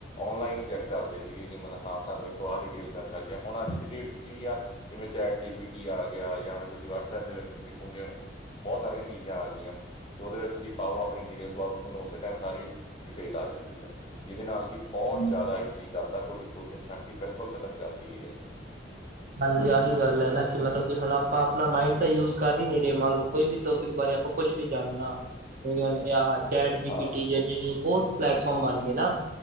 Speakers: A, on the left; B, on the right.
A: ਔਨਲਾਈਨ ਹੀ ਚੈੱਕ ਕਰਦੇ ਸੀਗੇ ਕਿ ਮਤਲਬ ਹਾਂ ਸਾਨੂੰ ਇਹ ਥੋੜ੍ਹਾ ਡਿਟੇਲ ਮਿਲ ਸਕਦੀ ਹੁਣ ਅੱਜ ਡੇਟ ਚ ਕੀ ਆ ਜਿਵੇਂ ਚੈਟ ਜੀ ਪੀ ਟੀ ਆ ਗਿਆ ਜਾਂ ਫਿਰ ਤੁਸੀਂ ਵਟਸਐਪ ਦੇ ਵਿੱਚ ਦੇਖੋਗੇ। ਬਹੁਤ ਸਾਰੀਆਂ ਚੀਜ਼ਾਂ ਆ ਗਈਆਂ ਉਹਦੇ ਵਿੱਚ ਤੁਸੀਂ ਪਾਓ ਆਪਣੀ ਡਿਟੇਲ ਪਾਓ ਥੋਨੂੰ ਉਸੇ ਟਾਈਮ ਸਾਰੀ ਡਿਟੇਲ ਆ ਜਾਂਦੀ ਆ। ਜਿਹਦੇ ਨਾਲ ਕਿ, ਬਹੁਤ ਜ਼ਿਆਦਾ ਈਜ਼ੀ ਕਰਤਾ ਤੁਹਾਡੀ ਸੋਚਣ ਸ਼ਕਤੀ ਬਿਲਕੁਲ ਖਤਮ ਕਰਦੀ ਏ ਆ
B: ਹਾਂਜੀ ਆਹੀ ਗੱਲ ਐਨਾ ਕਿ, ਮਤਲਬ ਕਿ ਹੁਣ ਆਪਾਂ ਆਪਣਾ ਮਾਈਂਡ ਤਾਂ ਯੂਜ ਕਰ ਹੀ ਨਹੀਂ ਰਹੇ, ਮੰਨ ਲਓ ਕੋਈ ਵੀ ਟੋਪਿਕ ਬਾਰੇ ਆਪਾਂ ਕੁੱਛ ਵੀ ਜਾਣਨਾ ਆ ''ਚੈਟ ਜੀ
A: ਹਾਂ
B: ਪੀਟੀ' ਬਹੁਤ ਪਲੈਟਫਾਰਮ ਬਣ ਗਏ ਨਾ।